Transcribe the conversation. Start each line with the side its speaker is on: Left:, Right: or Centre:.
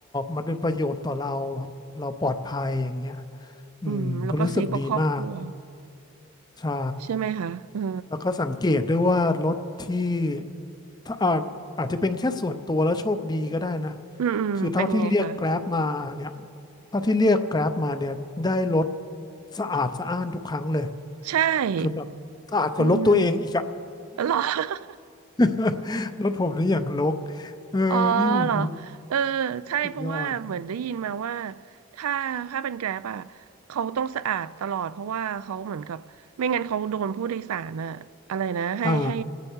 Left: มันเป็นประโยชน์ต่อเราแบบเราปลอดภัยอย่างเงี้ยอืมก็รู้สึกดีมาก
Right: อืมแล้วก็ซื้อกับครอบครัว
Left: ใช่
Right: ใช่ไหมคะเออ
Left: แล้วก็สังเกตด้วยว่ารถที่ถ้าอาจอาจจะเป็นแค่ส่วนตัวแล้วโชคดีก็ได้นะ
Right: อืมอืมเป็นยังไงคะ
Left: คือเท่าที่เรียกแกร็บมาเนี่ยเท่าที่เรียกแกร็บมาเนี่ยได้รถสะอาดสะอ้านทุกครั้งเลย
Right: ใช่
Left: คือแบบสะอาดกว่ารถตัวเองอีกอะ
Right: อืมเหรอ <laughs>
Left: <laughs> รถผมนี่อย่างรกเออนี่โอ้โห
Right: อ๋อเหรอเออใช่เพราะว่าเหมือนได้ยินมาว่า
Left: สุดยอด
Right: ถ้าถ้าเป็นแกร็บอ่ะเขาต้องสะอาดตลอดเพราะว่าเขาเหมือนกับไม่งั้นเขาโดนผู้โดยสารอ่ะอะไรนะให้ให้
Left: อ่า